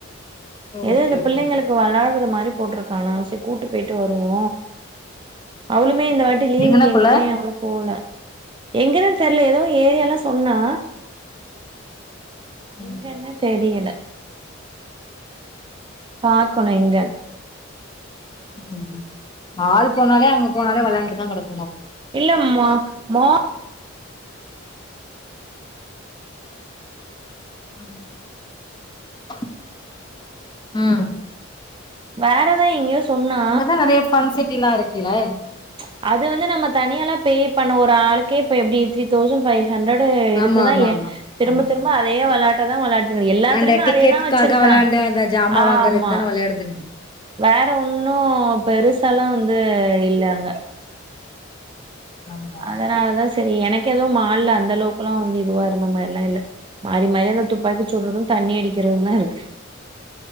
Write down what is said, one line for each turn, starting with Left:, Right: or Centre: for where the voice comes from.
Right: ஏதோ
Left: ஓகே
Right: இந்த
Left: ஓகே
Right: பிள்ளைங்களுக்கு வளாடுற மாரி போட்ருக்கானா செரி கூட்டு போயிட்டு வருவோ அவளுமே இந்த வாட்டி லீவுக்கு
Left: எங்கனக்குள்ள
Right: எங்கேய்மே அவளு போல எங்கனே தெரில ஏதோ ஏரியால்ல சொன்னா
Left: ம்
Right: எங்கன்னு தெரியல பாக்கணு எங்கனு
Left: ம் ம் ம் ஆள் போனாலே அங்க போனாலே வளாண்டுதா கடக்
Right: இல்ல மா மார்
Left: ம் ம்
Right: வேறெதோ எங்கயோ சொன்னா
Left: அங்கதா நெறையா ஃபன் சிட்டி எல்லா இருக்குல்ல
Right: ப்ச் அது வந்து நம்ம தனியால பே பண்ண ஒரு ஆளுக்கே இப்ப எப்டி த்ரீ தௌசண்ட் ஃபை ஹண்டர்டு எடுத்துதா
Left: ஆமா ஆமா
Right: எ
Left: ஆமா
Right: திரும்ப
Left: ஆமா
Right: திரும்ப அதே வளையாட் த்ததா விளாடிட்டு இருந்து எல்லாத்துலயுமே
Left: அந்த டிக்கெட்காக
Right: அதேதா வச்சிருக்கா
Left: வெளாண்டு அந்த ஜாமா
Right: ஆ
Left: வாங்கறதுக்கு
Right: ஆமா
Left: தான வெளையாடுதுங்க
Right: வேற ஒன்னு பெருசாலா வந்து இல்ல அங்க
Left: ஆமா
Right: அதனாலதா செரி எனக்கு ஏதோ மால்ல அந்த அளவுக்கு எல்லா வந்து இதுவா இருந்த மாதிரி எல்லா இல்ல மாறி மாறி அந்த துப்பாக்கி சுடுறது தண்ணி அடிக்கிறது தா இருக்கு